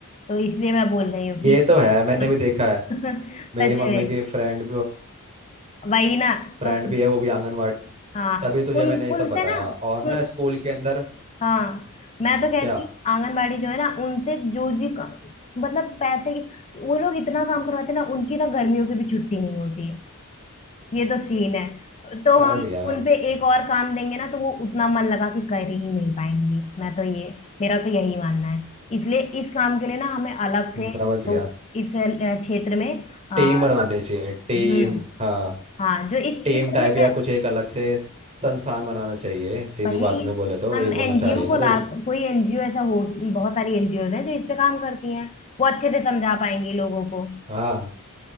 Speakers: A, on the left; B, on the right.
A: तो इसलिए मैं बोल रही हूँ कि
B: ये तो है मैंने
A: <laughs>
B: भी देखा है
A: सच
B: मेरी मम्मी
A: में
B: की फ्रेंड
A: वही ना
B: फ्रेंड
A: तो
B: भी है वो भी आंगनवाड़ी में।
A: हाँ
B: तभी तुझे
A: उन
B: मैंने ये
A: उनसे
B: सब बताया
A: ना
B: और ना
A: उन,
B: स्कूल के अंदर
A: हाँ मैं तो कहती
B: क्या
A: हूँ आंगनबाड़ी जो है ना उनसे जो जी का- मतलब पैसे की वो लोग इतना काम करवाते हैं ना उनकी ना गर्मियों की भी छुट्टी नहीं होती ये तो सीन है तो
B: समझ
A: हम
B: गया मैं
A: उनपे एक और काम देंगे ना तो वो उतना मन लगा के कर ही नहीं पाएंगी मैं तो ये मेरा तो यही मानना है इसलिए इस काम के लिए ना हमें अलग
B: हम्म,
A: से
B: समझ गया
A: तो इस अ, क्षेत्र में अ,
B: टीम बनानी चाहिए टीम
A: हम्म
B: हाँ
A: हाँ जो इस
B: टीम
A: क्षेत्र
B: टाइप
A: में
B: या
A: है
B: कुछ एक अलग से स- संस्थान बनाना चाहिए सीधी
A: वही
B: बात में बोले तो
A: हम
B: ये
A: एनजीओ
B: बोलना चाह रही है
A: को
B: ना तू
A: ला कोई एनजीओ ऐसा हो बहुत सारी एनजीओ हैं जो इस पे काम करती हैं वो अच्छे से समझा पाएंगी लोगों को
B: हाँ